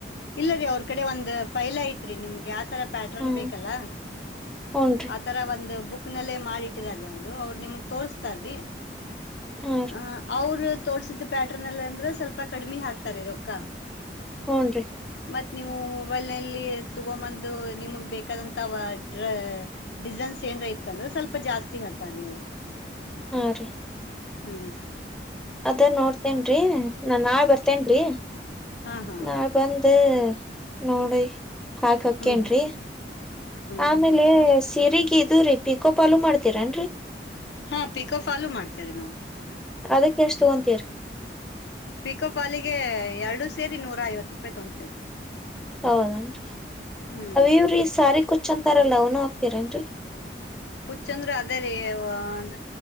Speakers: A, on the left; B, in the centre.
A: ಇಲ್ಲರೀ ಅವ್ರ ಕಡೆ ಒಂದ್ ಫೈಲ್ ಐತ್ರಿ ನಿಮ್ಗ ಯಾತರ ಪ್ಯಾಟರ್ನ್
B: ಹ್ಮ್
A: ಬೇಕಲ್ಲ
B: ಹೂನ್ರಿ
A: ಆ ತರ ಒಂದ ಬುಕ್ ನಲ್ಲೇ ಮಾಡಿಟ್ಟಿದಾರ ಅವ್ರ ಅವ್ರ ನಿಮಗ್ ತೋರ್ಸ್ತಾರೀ.
B: ಹಾ
A: ಹ ಅವರ ತೋರ್ಸಿದ ಪ್ಯಾಟರ್ನ್ ಅಲ್ಲಿ ಅಂದ್ರ ಸ್ವಲ್ಪ ಕಡಿಮಿ ಹಾಕ್ತಾರ ರೊಕ್ಕಾ.
B: ಹ್ಮುನ್ರಿ.
A: ಮತ್ ನೀವು ಮೊಬೈಲ್ ನಲ್ಲಿ ತಗೊಬಂದು ನಿಮಗ್ ಬೇಕಾದಂತವ ಡ್ರ ಡಿಸೈನ್ಸ್ ಏನ್ರ ಇತ್ತ ಅಂದ್ರ ಸ್ವಲ್ಪ ಜಾಸ್ತಿ ಹೇಳ್ತಾರೀ ಅವ್ರ
B: ಹಾ ರೀ.
A: ಹ್ಮ.
B: ಅದ ನೋಡ್ತೇನ್ರೀ ನಾ ನಾಳಿ ಬರ್ತೇನ್ರೀ.
A: ಹಾ ಹಾ
B: ನಾಳಿ ಬಂದ ನೋಡಿ ಹಾಕ್ ಹೋಕೆನ್ರಿ.
A: ಹ್ಮ್ ಹ್ಮ್
B: ಆಮೇಲ
A: ಹ್ಮ್
B: ಸಿರೀಗ ಇದುರಿ ಪಿಕೋಪಾಲು ಮಾಡ್ತೀರನ್ರೀ.
A: ಹಾ ಪಿಕೋ ಪಾಲು ಮಾಡ್ತೇವ್ರಿ ನಾವ
B: ಅದಕ್ಕ ಎಷ್ಟ ತಗೊಂತೀರಿ.
A: ಪಿಕೋಫಾಲಿಗೆ ಎರಡು ಸೇರಿ ನೂರ ಐವತ್ತಪಾಯಿ ತುಗೋತಿವರಿ.
B: ಹೌದೇನ್ರಿ
A: ಹ್ಮ್
B: ಅವ ಇವ್ರೀ ಸಾರಿ ಕುಚ್ಚಂತಾರಲ್ಲ ಅವನು ಹಾಕ್ತೀರನ್ರಿ.
A: ಕುಚ್ಚಂದ್ರ ಅದೇ ರೀ ಇವನ